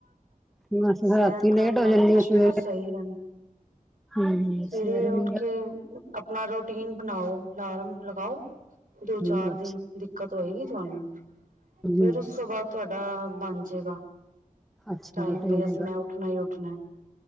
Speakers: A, in the centre; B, on the right (about 70°).
A: ਬਸ
B: ਸੈਰ
A: ਰਾਤੀ
B: ਕਰਨ
A: ਲੇਟ ਹੋ
B: ਨਾਲ
A: ਜਾਂਦੀ
B: ਤੇ
A: ਆ
B: ਸਰੀਰ
A: ਸਵੇਰੇ
B: ਸਹੀ ਰਹਿੰ
A: ਹੂੰ
B: ਸਵੇਰੇ
A: ਨੀਂਦ
B: ਉੱਠ ਕੇ ਆਪਣਾ ਰੋਟੀਨ ਬਣਾਓ। ਲਾਰਮ ਲਗਾਓ, ਦੋ-ਚਾਰ
A: ਹੂੰ ਅੱਛਾ
B: ਦਿਨ ਦਿੱਕਤ ਹੋਏਗੀ ਤੁਵਾਨੂੰ।
A: ਹੂੰ
B: ਫੇਰ ਉਸ ਤੋਂ ਬਾਅਦ ਤੁਹਾਡਾ ਬਨਜੇਗਾ
A: ਅੱਛਾ
B: ਟਾਈਮ
A: ਰੂਟੀਨ
B: ਬੇਅਸ।
A: ਦਾ
B: ਮੈਂ ਉੱਠਣਾ ਈ ਉੱਠਣਾ।